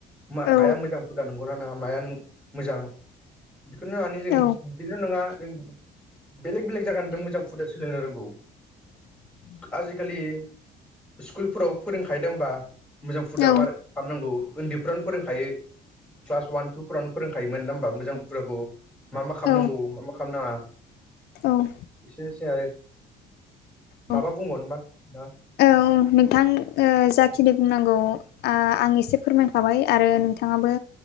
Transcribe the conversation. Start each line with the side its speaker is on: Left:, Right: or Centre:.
Centre: मा-माया
Left: औ
Centre: मोजां हुदा नंगौना नङा माया मोजां बेखौनो माने जों
Left: औ
Centre: बेल' नङा जों बेलेग बेलेग जायगानिफ्राय मोजां हुदा सोलोंनो रोंगौ आजिखालि स्कुलफोराव फोरोंखायो दा होबा मोजां हुदा
Left: औ
Centre: मारै खालामनांगौ उन्दैफ्रावनो फोरोंखायो। क्लास अवान टु फोरावनो फोरोंखायोमोन नङा होमबा मोजां हुदाखौ मा मा खालामनांगौ
Left: औ
Centre: मा मा खालामनाङा
Left: औ
Centre: बिसेनोसै आरो
Left: औ
Centre: माबा बुंबावनोबा नोंथाङा।
Left: औ नोंथां ओ जाखिनि बुंनांगौ आ आं एसे फोरमायखाबाय आरो नोंथाङाबो